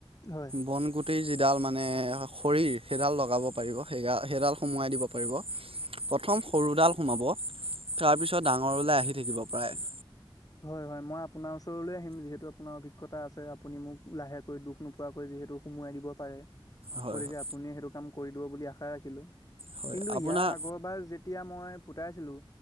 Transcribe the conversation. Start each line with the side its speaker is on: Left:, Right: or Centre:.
Left: হয়
Right: বনগু টিৰ যিডাল মানে খৰি সেইডাল লগাব পাৰিব। সেই সেইডাল সোমোৱাই দিব পাৰিব প্ৰথম সৰুডাল সোমাব, তাৰ পিছত ডাঙৰলে আহি থাকিব প্ৰায়,
Left: হয় হয় মই আপোনাৰ ওচৰলৈ আহিম যিহেতু আপোনাৰ অভিজ্ঞতা আছে আপুনি মোক লাহেকৈ দুখ নো পোৱাকৈ যিহেতু সুমোৱাই দিব পাৰে,
Right: হয়
Left: গতিকে
Right: হয়
Left: আপুনি সেইটো কাম কৰি দিব বুলি আশা ৰাখিলো
Right: হয়
Left: কিন্তু
Right: আপোনাৰ
Left: ইয়াৰ আগৰবাৰ যেতিয়া মই ফুটাইছিলো